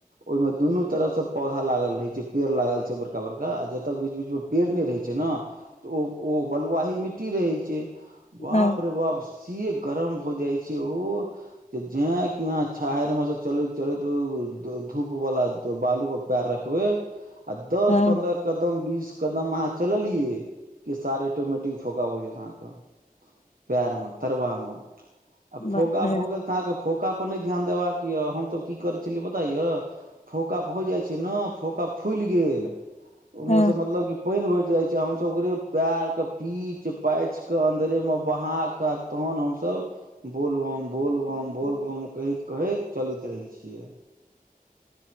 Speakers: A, on the right; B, on the left.
A: ओइमे दुनु तरफ स पौधा लागल रहैय छैय पेड़ लागल छैय बड़का बड़का आ जतऽ बीच-बीच में पेड़ नहि रहैय छैय न त ओ-ओ बलुआही मिट्टी रहैय छैय बाप
B: हँ
A: रे बाप स से गरम भ जाय छैय ओ जे जे कि अहाँ छाहरि म से चलैत चलैत ओ-के धूप बला बालु पर रखबै आ दस
B: हँ
A: पन्द्रह कदम बीस कदम अहाँ चललियै कि सार ऑटोमेटिक फोका हो जात अहाँके पेर मे तरुबा मे आ
B: बाप
A: फोका
B: रे
A: भऽ गेल तऽ अहाँ के फोका पर नहि ध्यान देबाक यऽ हमसब की करै छलियै बताया फोका हो जाइ छै ने फोका फुलि गेल ओ मौसम
B: हँ
A: मतलब कि पानि भरि जाइ छै हमसभ ओकरे पैर के पीच पाइच क अन्दरेमे बहा क तहन हमसब बोलबम बोलबम बोलबम कहैत कहैत चलैत रहै छियै